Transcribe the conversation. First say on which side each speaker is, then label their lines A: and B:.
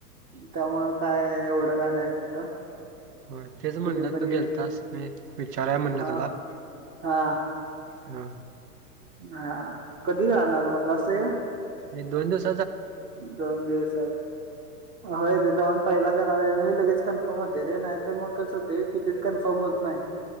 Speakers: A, on the right; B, on the right.
A: त्यामुळ काय एवढं कायं आहे तिथं
B: होय तेच म्हणलं
A: कधी पण
B: तू
A: येत
B: गेलतास मी विचारूया
A: हा
B: म्हणलं तुला.
A: हा.
B: हा.
A: हा कधी राहणार म्हणला असं.
B: एक दोन दिवस.
A: दोन दिवसात होयं तिथं पण पहिल्या गत लगेच कन्फर्म होते रे नाही तर मग कसं होते तिकीट कन्फर्म होत नाही.